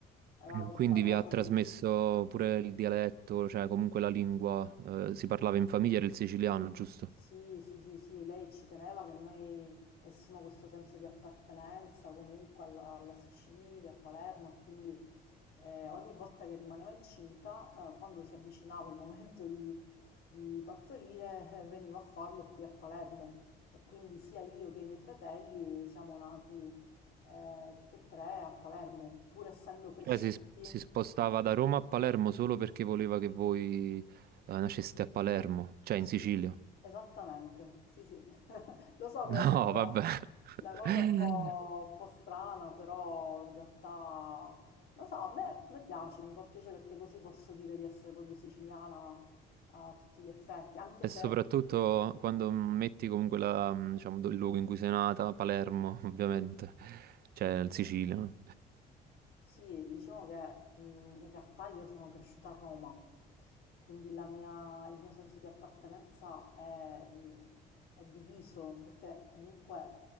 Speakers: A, on the left; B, on the right.
A: Aveva
B: <clears throat>
A: questa
B: Quindi
A: cosa
B: vi ha trasmesso
A: del...
B: pure il dialetto, cioè comunque la lingua, eh, si parlava in famiglia, era il siciliano, giusto?
A: Sì, sì, sì, sì, lei ci teneva che noi avessimo questo senso di appartenenza comunque alla, alla Sicilia, a Palermo e quindi eh, ogni volta che rimaneva incinta, eh, quando si avvicinava il momento di, di partorire, eh, veniva a farlo qui a Palermo e quindi sia io che i miei fratelli siamo nati eh, tutti e tre a Palermo, pur essendo cresciuti.
B: Cioè si, si spostava da Roma a Palermo solo perché voleva che voi, eh, nasceste a Palermo, cioè
A: Sì,
B: in Sicilia.
A: esattamente, sì, sì. <laughs> Lo so
B: No,
A: che sembra
B: vabbè. <laughs>
A: una cosa un po', un po' strana, però in realtà, lo so, a me, a me piace, mi fa piacere perché così posso dire di essere proprio siciliana a tutti gli effetti, anche
B: E
A: se,
B: soprattutto quando metti comunque la, mm, diciamo, il luogo in cui sei nata, Palermo, <laughs> ovviamente, cioè in Sicilia. no?
A: sì, diciamo che mh, in realtà io sono cresciuta a Roma, quindi la mia- il mio senso di appartenenza è, mh, è diviso, perché comunque